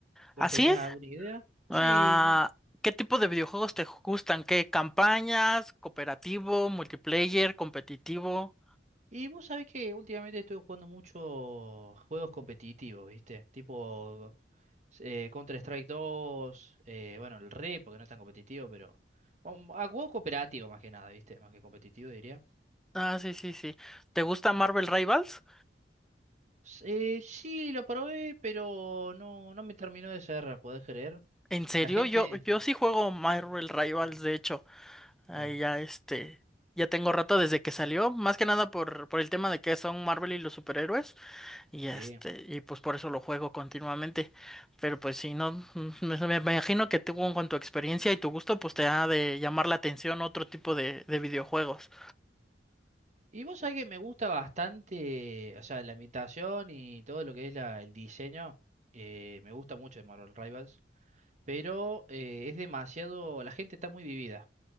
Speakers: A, on the right (about 40°); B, in the centre.
A: ¿Vos
B: ¿Así?
A: tenés alguna idea? Sí,
B: Ah,
A: no.
B: ¿qué tipo de videojuegos te gustan? ¿Qué campañas? ¿Cooperativo? ¿Multiplayer? ¿Competitivo?
A: Y vos sabés que últimamente estoy jugando mucho juegos competitivos, ¿viste? Tipo eh, Counter-Strike dos, eh, bueno, el RE, porque no es tan competitivo, pero... um, A juego cooperativo más que nada, ¿viste? Más que competitivo, diría.
B: Ah, sí, sí, sí. ¿Te gusta Marvel Rivals?
A: Eh, sí, lo probé, pero no, no me terminó de cerrar, ¿podés creer?
B: ¿En serio?
A: La gente,
B: Yo, yo sí juego Marvel Rivals, de hecho. Ahí
A: claro,
B: ya este, ya tengo rato desde que salió, más que nada por, por el tema de que son Marvel y los superhéroes. Y
A: sí.
B: este, y pues por eso lo juego continuamente. Pero pues si no, mm, me, me imagino que tú con tu experiencia y tu gusto, pues te ha de llamar la atención otro tipo de, de videojuegos.
A: Y vos sabés que me gusta bastante, o sea, la ambientación y todo lo que es la, el diseño, eh, me gusta mucho de Marvel Rivals, pero eh, es demasiado, la gente está muy vivida.